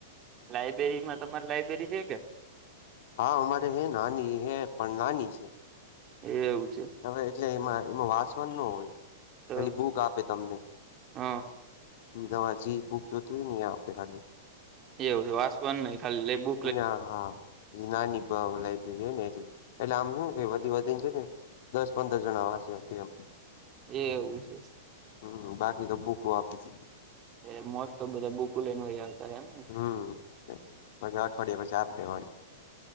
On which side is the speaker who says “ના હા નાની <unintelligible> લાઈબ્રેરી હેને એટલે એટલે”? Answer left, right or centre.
Left